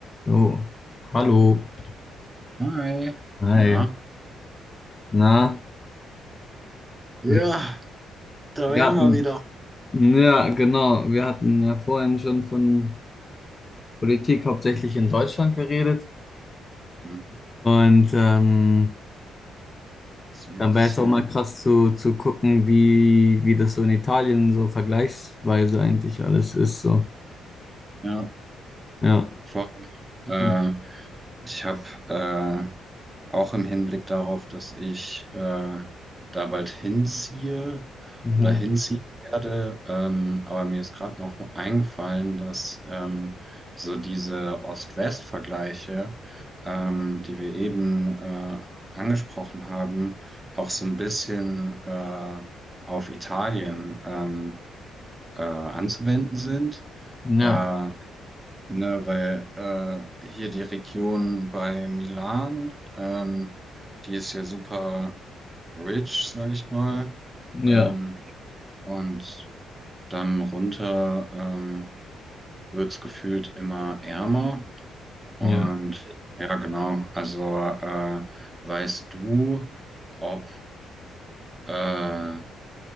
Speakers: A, on the left (about 25°); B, on the right (about 15°).
A: So, Hallo.
B: Hi,
A: hi.
B: na?
A: Na,
B: Ja,
A: wir,
B: da
A: wir
B: wären
A: hatten,
B: wir wieder.
A: ja, genau, wir hatten ja vorhin schon von Politik hauptsächlich in Deutschland geredet.
B: Mhm.
A: Und ähm,
B: CSI.
A: dann wäre es auch mal krass zu, zu gucken, wie, wie das so in Italien so vergleichsweise eigentlich alles ist. So,
B: Ja.
A: ja.
B: Voll. Äh,
A: Hm.
B: ich habe äh, auch im Hinblick darauf, dass ich äh, da bald hinziehe
A: Mhm.
B: oder hinziehen werde, ähm, aber mir ist gerade noch eingefallen, dass ähm, so diese Ost-West-Vergleiche, ähm, die wir eben äh, angesprochen haben, auch so ein bisschen äh, auf Italien ähm, äh, anzuwenden sind. Äh,
A: Ja,
B: Ne, weil äh, hier die Region bei Milan, ähm, die ist ja super rich, sage ich mal.
A: ja,
B: Ähm, und dann runter ähm, wird's gefühlt immer ärmer. Und
A: ja.
B: ja, genau. Also äh, weißt du, ob äh,